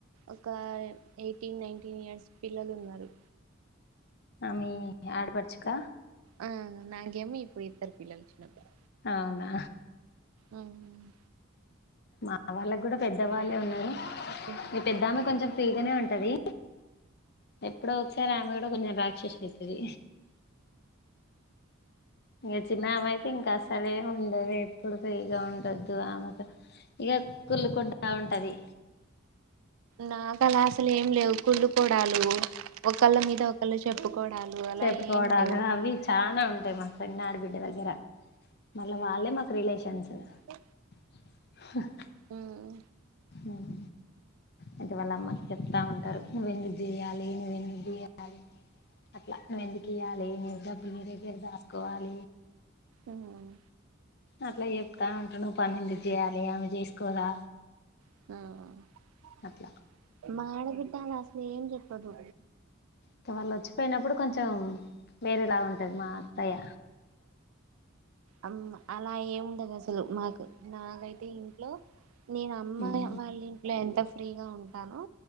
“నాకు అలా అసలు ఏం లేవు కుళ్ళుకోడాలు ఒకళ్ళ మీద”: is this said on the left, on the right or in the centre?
Right